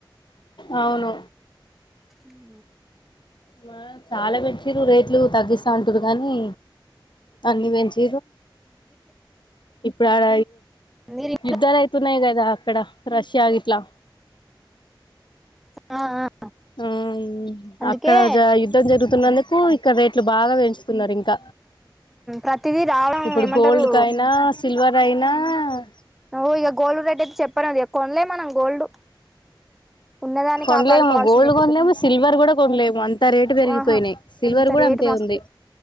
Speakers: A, on the left; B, in the centre.
A: అవును
B: మ్మ్
A: మ చాలా పెంచిర్ రేట్లు తగ్గిస్తా ఉంటరు కానీ అన్ని పెంచ్ ఇప్పుడు ఆడ
B: మీరు
A: యుద్ధాలు అయితున్నాయి కదా ఇక్కడ రష్యా ఆగిట్లా
B: ఆ ఆ ఆ
A: ఆ
B: అందుకే
A: అక్కడ జ యుద్ధం జరుగుతున్నందుకు ఇక్కడ రేట్లు బాగా పెంచుతున్నారు ఇంక
B: ప్రతిదీ రావడం
A: ఇప్పుడు
B: ఏమంటారు
A: గోల్డ్ కయినా సిల్వర్ అయినా నా
B: నువ్వు ఇక గోల్డ్ రేట్ అయితే చెప్పను అది కొనలేం మనం గోల్డ్ ఉన్నదాన్ని
A: కొనలేము
B: కాపాడుకోవాల్సిందే
A: గోల్డ్ కొనలేము సిల్వర్ కూడా కొనలేము అంత రేటు పెరిగిపోయినాయి
B: ఆహా
A: సిల్వర్
B: అంత
A: కూడా
B: రేటు
A: అంతే
B: మస్తు
A: ఉంది